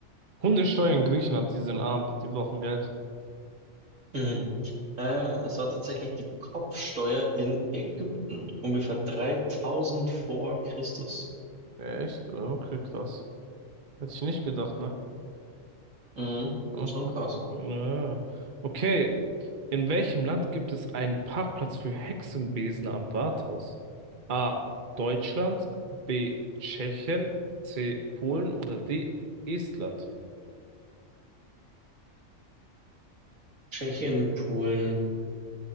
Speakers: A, on the right; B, on the right.
A: Hundesteuer in Griechenland, die sind arm, die brauchen Geld.
B: Mhm. Ähm, es war tatsächlich die Kopfsteuer in Ägypten, ungefähr 3000 vor Christus.
A: Echt? Okay, krass. Hätte ich nicht gedacht, ne?
B: Mhm.
A: Ah,
B: Schon krass.
A: ah. Okay. In welchem Land gibt es einen Parkplatz für Hexenbesen am Rathaus? A. Deutschland, B. Tschechien, C. Polen oder D. Estland?
B: Tschechien, Polen,